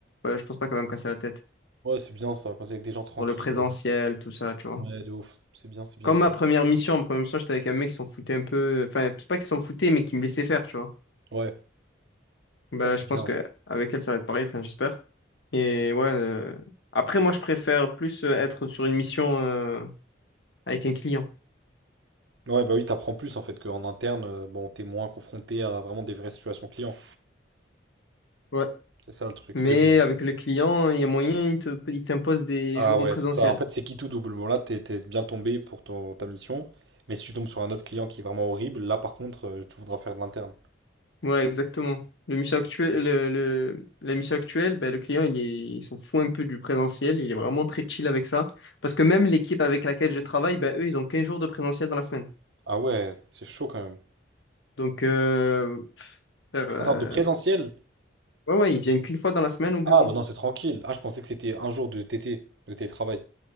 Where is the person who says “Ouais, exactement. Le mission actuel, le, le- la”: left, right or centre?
Left